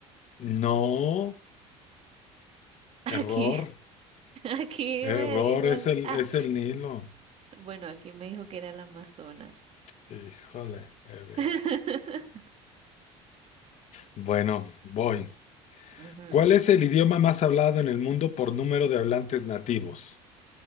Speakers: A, on the left; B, on the right.
A: No,
B: Aquí,
A: error,
B: <laughs> aquí
A: error,
B: me dijo
A: es
B: el-
A: el,
B: ah,
A: es el Nilo.
B: bueno, aquí me dijo que era el Amazonas.
A: Híjole, de veras.
B: <laughs>
A: Bueno, voy.
B: Ujú.
A: ¿Cuál es el idioma más hablado en el mundo por número de hablantes nativos?